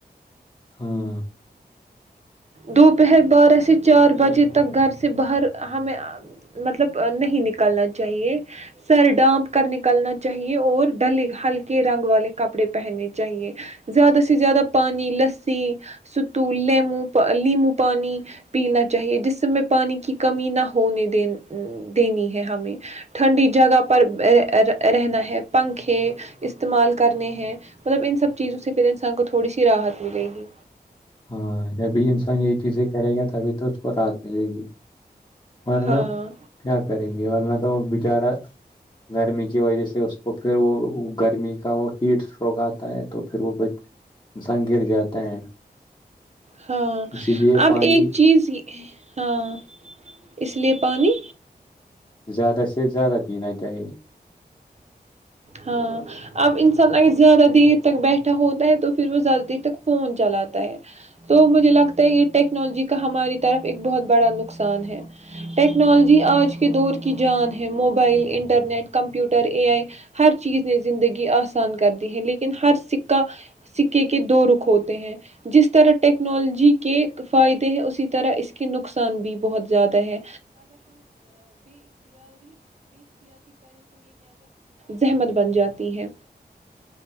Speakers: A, on the left (about 25°); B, on the right (about 40°).
A: ہاں
B: دوپہر بارہ سے چار بجے تک گھر سے باہر ہمیں مطلب نہیں نکلنا چاہیے سر ڈانپ کو کر نکلنا چاہیے اور ڈلے ہلکے رنگ والے کپڑے پہننے چاہیے زیادہ سے زیادہ پانی لسی ستو لیمو لیمو پانی پینا چاہیے جس میں پانی کی کمی نہ ہونے دین دینی ہے ہمیں ٹھنڈی جگہ پر رہنا ہے پنکھے استعمال کرنے ہیں مطلب ان سب چیزوں سے پھر انسان کو تھوڑی سی راحت ملے گی
A: ہاں جبھی انسان یہ چیزیں کرے گا تبھی تو اس کو رحت ملے گی ورنہ
B: ہاں
A: کیا کریں گے ورنہ بچارہ گرمی کی وجہ سے اس کو پھر وہ گرمی کا وہ ہیٹ اسٹروک آتا ہے تو پھر وہ انسان گر جاتا ہے
B: ہاں
A: اسی لیے
B: اب
A: پانی
B: ایک چیز ہاں اس لیے پانی
A: زیادہ سے زیادہ پین ت یہے
B: ہاں اب انسان اگر زیادہ دیر تک بیٹھا ہوتا ہے تو پھر وہ زیادہ دیر تک فون چلاتا ہے تو مجھے لگتا ہے یہ ٹیکنالوجی کا ہماری طرف ایک بہت بڑا نقصان ہے ٹیکنالوجی آج کے دور کی جان ہے mobile internet computer A I ہر چیز زندگی آسان کر دی ہے لیکن ہر سکہ کے دو رک ہوتے ہیں جس تارہ ٹیکنالوجی کے فائدے اسے تارہ اسکے نکساں بھی بہت جیاڈا ہے زحمت بن جاتی ہے